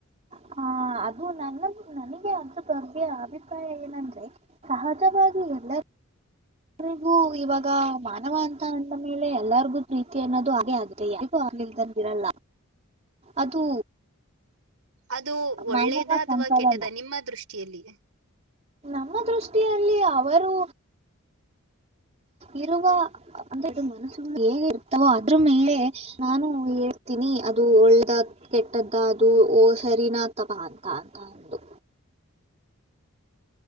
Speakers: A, on the right; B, on the right.
A: ಹ ಅದು ನನ್ನ ನನಗೆ ಅದ್ರ ಬಗ್ಗೆ ಅಭಿಪ್ರಾಯ ಏನಂದ್ರೆ ಸಹಜವಾಗಿ ಎಲ್ಲರೂ ಎರಿಗೂ ಇವಾಗ ಮಾನವ ಅಂತ ಅಂದ ಮೇಲೆ ಎಲ್ಲರಿಗೂ ಪ್ರೀತಿ ಅನ್ನೋದು ಹಾಗೆ ಆಗಿದೆ ಯಾರಿಗೂ ಆಗ್ ನಿಲ್ದನ್ ಇರಲ್ಲ ಅದು
B: ಅದು ಒಳ್ಳೇದ
A: ಮಾನವ
B: ಅಥವಾ
A: ಸಂಪದನ
B: ಕೆಟ್ಟದ ನಿಮ್ಮ ದೃಷ್ಟಿಯಲ್ಲಿ
A: ನಮ್ಮ ದೃಷ್ಟಿಯಲ್ಲಿ ಅವರು ಇರುವ ಅಂದ್ರೆದು ಮನಸ್ಸು ಹೇಗಿರ್ತವೋ ಅದ್ರ ಮೇಲೆ ನಾನು ಹೇಳ್ತೀನಿ ಅದು ಒಳ್ಳದ ಕೆಟ್ಟದ್ದ ಅದು ಓ ಸರಿನ ತವ ಅಂತ ಅಂತ ಒಂದು.